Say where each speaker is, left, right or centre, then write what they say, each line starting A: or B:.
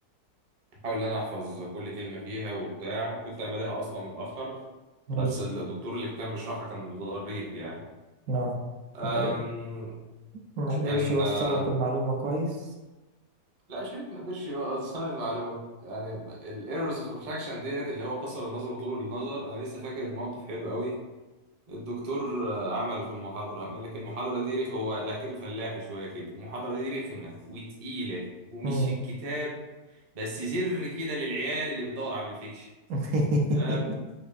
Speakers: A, on the right (about 40°); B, on the right (about 70°).
A: بحاول إن أنا أحفظ كل كلمة فيها وبتاع وكنت أنا بادئها أصلا متأخر
B: حلو
A: بس الدكتور اللي كان بيشرحها كان ظريف يعني
B: نعم
A: أم،
B: ما ما قدرش
A: كان
B: يوصل
A: آه،
B: لك المعلومة كويس
A: لا مش حته ما قدرش يوصل المعلومه يعني الايرورز اوف ريفراكشن ديت اللي هو قصر النظر وطول النظر انا لسه فاكر موقف حلو قوي الدكتور آه، عمله في المحاضرة قال لك المحاضرة دي رخ هو لهجته فلاحي شوية كده المحاضرة دي رخمة وتقيلة ومش
B: مم.
A: في الكتاب بس زر كده للعيال اللي بتدور على البرفكشن
B: <laughs>
A: تمام